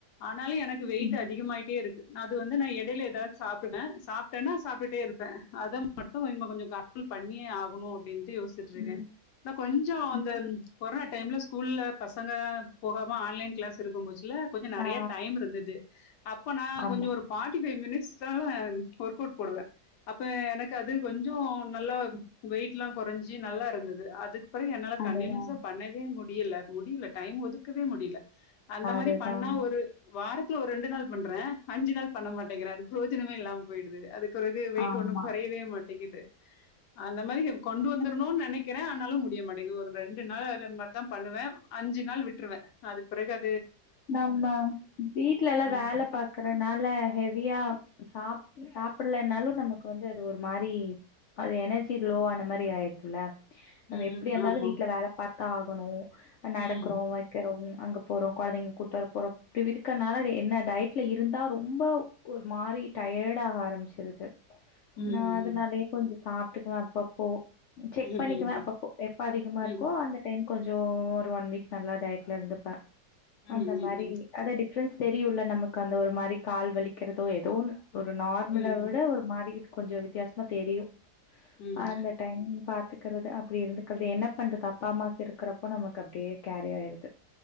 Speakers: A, on the left; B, on the left.
A: ஆன் னாலு எனக்கு
B: ம்
A: வெயிட் அதிகமாயிட்டே இருக்கு. அது வந்து நா எடையில ஏதாவது சாப்பிடுவே சாப் டனா சாப்டுட்டே இருப்பே அத மட்டும் இன்னு கொஞ்சம் கம்மி பண்ணியே ஆகணு அப்டின் யோசிட்டு இருக்கே
B: ம்
A: ஆனா கொஞ்சோ அந்த
B: ம்
A: கொரோனா டைம்ல ஸ்கூல்ல பசங்க போகாம ஆன்லைன் கிளாஸ் இருக்கும் போச்சு ல கொஞ்ச நெறைய
B: ஆ
A: டைம் இருந்தது அப்போ நா
B: ஆமா
A: கொஞ்ச ஒரு forty five minutes <unintelligible> work out போடுவே அப்போ எனக்கு அது கொஞ்சோ நல்லா வெயிட்லா கொறஞ்சி நல்லா இருந்தது அது அப்புறோ என்னால
B: அதுதா
A: கண்டினியூஸா பண்ணவே முடியல முடியல டைம் ஒதுக்கவே முடியல அந்த
B: அதுதா
A: மாரி பண்ணா ஒரு வாரத் குல ஒரு ரெண்டு நாள் பண்றே அஞ்சு நாள் பண்ண மாட்டேங்கிறே. அது பிரோஜனமே இல்லாம போயிடுது அதுக் பிறகு வெயிட்
B: ஆமா
A: ஒண்ணு குறையவே மாட் க்கிது அந்த மாரி கொண்டு வந்துர்ணோன் நெ னிக்கிறே ஆனாலு முடியமாட்டேங்குது ஒரு ரெண் ண்டு நாள் அது மாரி தா பண்ணுவே அஞ்சு நாள் விட்டு ருவே அது பிறகு அ
B: நம்ம வீட்ல எல்லா
A: ம்.
B: வேல பாக்கறனால ஹெவியா சாப் சாப்பில்லேனா னாலு நமக்கு வந்து அது ஒரு மாரி அது எனர்ஜி
A: ம்.
B: லோ ஆன மாரி ஆயிரு <unintelligible> நம்ம
A: ம்.
B: எப்டியா இந்தாலு
A: ஆமா.
B: வீட்ல வேல பாத் ஆகணு நடக்குறோ
A: ம்.
B: வைக்கிறோ அங்க போறோ கொழந்தைங்களுக் கூப்டு வரபோறோ இப்டி இருக்கனால என்ன டயட்ல இருந்தா ரொம்போ ஒரு மாறி டயடாக ஆரம்ச் <unintelligible>
A: ம்.
B: நா அதனாலே கொஞ்சோ காப் த்துகுவே அப்பப்போ செக்
A: ம்.
B: பண்ணிக்குவே
A: ம். ம்.
B: அப்பப்போ எப்ப அதிகமா இருக்கோ
A: ம்.
B: அந்த டைம் கொஞ்சோ ஒரு ஒன் வீக் நல்லா டயட்லருந்துப்பே
A: ம்.
B: அந்த
A: ம்.
B: மாறி அத டிப்ரெஸ் தெரியுல நமக்கு அந்த ஒரு மாறி கால் வலிக்கிறதோ எதோ ஒன்னு ஒரு நார்மல
A: ம். ம்.
B: விட ஒரு மாறியிருக் கொஞ்சோ வித்தியாசமா தெரியு
A: ம்.
B: அந்த டைம் பா துக்றது அப்டி இருந்துக்றது என்ன பண்றது அப்பா அம்மாக் இருக்றப்போ நமக்கு அப்டியே கேரி ஆயிருது